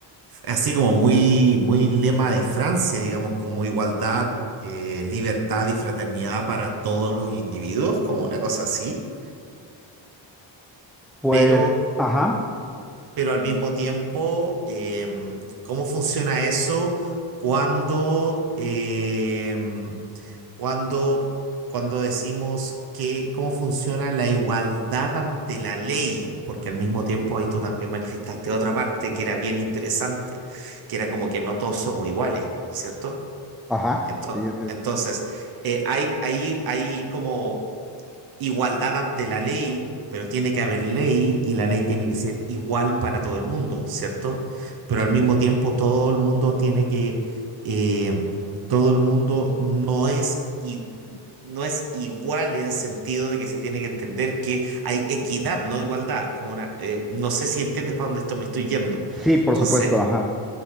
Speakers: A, on the right; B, in the centre.
A: así como muy, muy lema de Francia, digamos, como igualdad, eh, libertad y fraternidad para todos los individuos, como una cosa así,
B: Pues,
A: pero
B: ajá,
A: pero al mismo tiempo, em, ¿cómo funciona eso cuando, em, cuando, cuando decimos que cómo funciona la igualdad ante la ley? Porque al mismo tiempo ahí tú también manifestaste otra parte que era bien interesante, que era como que no todos somos iguales, ¿cierto?
B: ajá,
A: Ento-
B: sí, así es.
A: Entonces, eh, hay, hay, hay como igualdad ante la ley, pero tiene que haber ley y la ley tiene que ser igual para todo el mundo, ¿cierto? Pero al mismo tiempo todo el mundo tiene que, eh, todo el mundo no es, i- no es igual en el sentido de que se tiene que entender que hay equidad, no igualdad, como una, eh, no sé si entiendes para dónde esto me estoy yendo.
B: Sí, por
A: Entonces,
B: supuesto, ajá.